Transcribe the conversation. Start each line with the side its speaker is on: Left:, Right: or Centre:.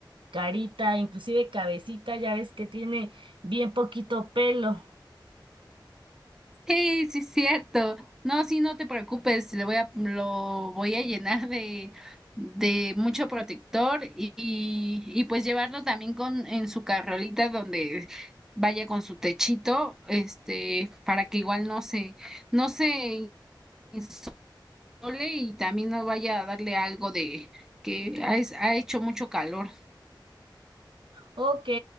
Right: carita, inclusive cabecita, ya ves que tiene bien poquito pelo.
Centre: Sí, sí, cierto. No, sí, no te preocupes, le voy a, lo voy a llenar de, de mucho protector y, y, y pues llevarlo también con, en su carrolita donde vaya con su techito, este, para que igual no se, no se insole y también no vaya a darle algo de que ha, es- ha hecho mucho calor.
Right: Ok,